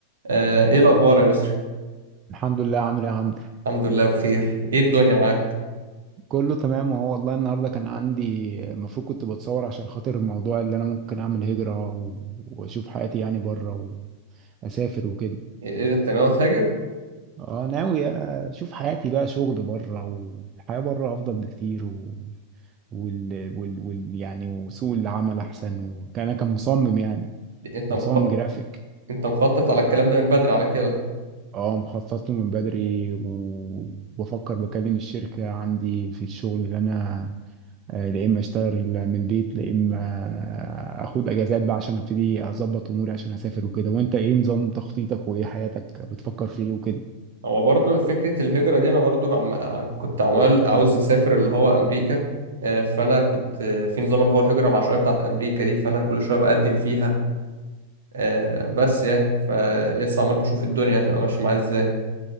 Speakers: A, on the right; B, on the right.
A: آه، ايه الاخبار يا يسري
B: الحمد لله عامل ايه يا عمرو
A: الحمد لله بخير ايه الدنيا معاك
B: كله تمام وهو والله النهارده كان عندي المفروض كنت بتصور عشان خاطر الموضوع اللي انا ممكن اعمل هجرة و... واشوف حياتي يعني بره واسافر وكده
A: إيه إيه، انت ناوي تهاجر
B: اه ناوي اشوف حياتي بقى شغل بره والحياة بره افضل بكتير و... وال... وال... وال... يعني وسوق العمل احسن وكان انا كمصمم يعني
A: انت
B: مصمم
A: مخ...
B: جرافيك
A: انت مخطط على الكلام ده من بدري على كده
B: اه مخطط له من بدري وبفكر بكلم الشركة عندي في الشغل اللي انا يا اما اشتغل من البيت يا اما اخد اجازات بقى عشان ابتدي اظبط اموري عشان اسافر وكده وانت ايه نظام تخطيطك وايه حياتك بتفكر في ايه وكده
A: هو برضو فكرة الهجرة دي انا برضو هم... كنت عمال عاوز اسافر اللي هو امريكا آه، فانا كنت آه، في نظام اللي هو الهجرة العشوائية بتاعت امريكا دي فانا كل شوية بقدم فيها آه، بس يعني فلسه عمال بشوف الدنيا هتبقى ماشية معايا ازاي